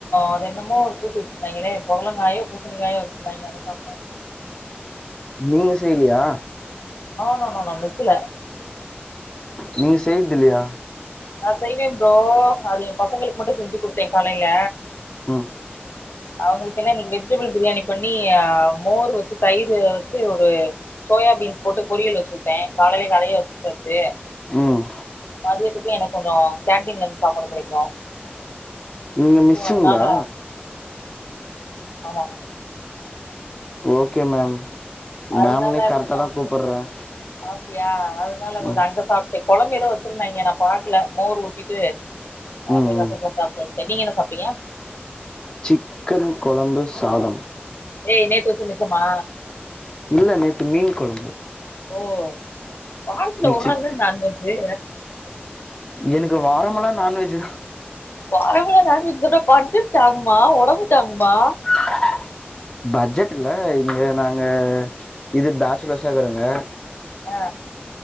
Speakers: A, on the left (about 60°); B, on the left (about 20°).
A: அது என்னமோ ஒரு கூட்டு வச்சிருந்தாய்ங்ளே பொடலங்காயோ பூசணிக்காயோ வச்சிருந்தாய்ங்க அத சாப்ட்டே
B: நீங்க செய்யலியா
A: நோ நோ நோ மெஸ்ஸுல
B: நீங்க செய்ர்து இல்லயா
A: நா செய்வே ப்ரோ அது எம் பசங்களுக்கு மட்டு செஞ்சு குடுத்தே காலைல
B: அ
A: அவங்ளுக்கு என்ன இன்னைக்கு வெஜிடபிள் பிரியாணி பண்ணி மோர் வச்சு தயிர் வச்சு ஒரு சோயா பீன்ஸ் போட்டு பொரியல் வச்சுட்டே காலைல அதையே வச்சுக்டாச்சு
B: ம்
A: மதியத்துக் இன்னைக் கொஞ்ச கேண்டீன்ல இருந்து சாப்பாடு கெடைக்கு
B: நீங்க மிஸ்ஸுங்ளா
A: சோ அதனால ஆமா
B: ஓகே மேம்
A: அதனால
B: மேம்னு கரெக்டாக
A: கொஞ்ச அங்க
B: தான் கூப்பிடுறேன்
A: கொஞ்ச அப்டியா அதனால கொஞ்ச
B: ம்
A: அங்க சாப் கொழம்பு எதோ வச்சிருந்தாய்ங்க நா பாக்ல மோர் ஊத்திட்டு
B: ம்
A: அப்டியே ரசத்த
B: ம்
A: சாப்ட்டு வன் ட்ட நீங்க என்ன சாப்டிங்க
B: சிக்கன் கொழம்பு சாதம்
A: ஏய் நேத்து வச்ச மிச்சமா
B: இல்லை நேற்று மீன் கொழம்பு
A: ஓ பார்க்குல ஒருநாள்
B: சிக்
A: தா நான்வெஜி
B: எனக்கு வாரமெல்லா நான்வெஜ் தா
A: வாரமல நான்வெஜ் சொன்ன பட்ஜிட் தாங்குமா ஒடம்பு தாங்குமா
B: <unintelligible> பட்ஜெட் இல்ல இங்க நாங்க இது பேச்சுலர்ஸா வருங்க
A: ஆ